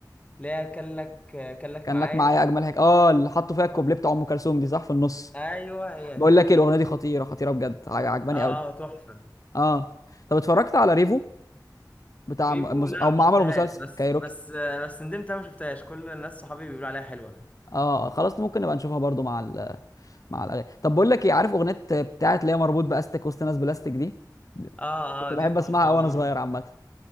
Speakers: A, on the left (about 20°); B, on the left (about 50°).
A: اللي هي كلك كلك
B: كان
A: معايا
B: لك معايا اجمل هيك اه اللي حطوا فيها الكوبليه
A: اه
B: بتاع ام كلثوم دي صح في النص
A: ايوه هي
B: بقول
A: دي
B: لك إيه، الاغنيه دي خطيره خطيره بجد عج- عجباني
A: اه
B: قوي
A: اه تحفة
B: اه طب اتفرجت على ريفو بتاع
A: فيفو
B: م- مس...
A: لا
B: هم
A: ما شفتهاش
B: عملوا مسلسل
A: بس
B: كايروكي
A: بس آه، بس ندمت انا ما شفتهاش كل الناس صحابي بيقولوا عليها حلوة
B: اه خلاص ممكن نبقى نشوفها برضو مع ال... مع الاغاني طب بقول لك ايه عارف اغنيه بتاعت اللي هي مربوط باستك وسط ناس بلاستيك دي
A: اه
B: كنت
A: اه
B: بحب
A: دي تحفة
B: اسمعها قوي
A: برضه
B: وانا صغير
A: بحبها
B: عامه